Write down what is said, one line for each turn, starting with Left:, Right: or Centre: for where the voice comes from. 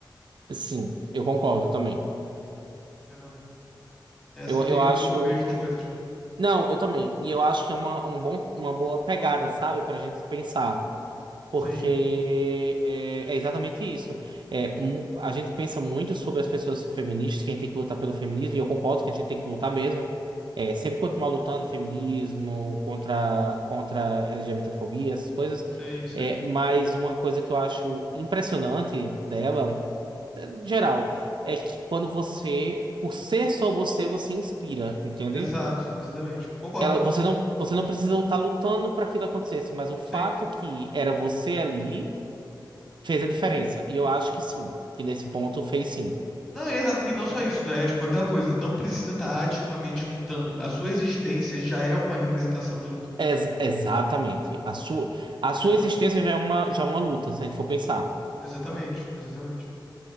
Right: Sim, eu concordo também.
Left: Entendeu? É assim
Right: Eu,
Left: meio
Right: eu
Left: que
Right: acho.
Left: eu, que eu vejo essas coisas.
Right: Não, eu também. E eu acho que é uma, um bom, uma boa pegada, sabe? Pra gente pensar. Porque
Left: Sim,
Right: é, é exatamente isso. É, mu- a gente pensa muito sobre as pessoas feministas, que a gente tem que lutar pelo feminismo, e eu concordo que a gente tem que lutar mesmo. É, sempre continuar lutando feminismo, contra, contra a LGBTfobia, essas coisas.
Left: sim, sim.
Right: É, mas uma coisa que eu acho impressionante dela, é, em geral, é que quando você, por ser só você, você inspira, entende?
Left: Exato, exatamente. Concordo.
Right: Ela, você não, você não precisa estar lutando para aquilo acontecesse, mas o fato
Left: Sim.
Right: que era você ali. Fez a diferença. E eu acho que sim, que nesse ponto fez sim.
Left: Não, exato. E não só isso, né? É tipo aquela coisa, não precisa estar ativamente lutando. A sua existência já é uma representação de luta.
Right: Ex- exatamente. A sua, a sua
Left: Entendeu?
Right: existência já é uma, já é uma luta, se a gente for pensar.
Left: Exatamente, exatamente.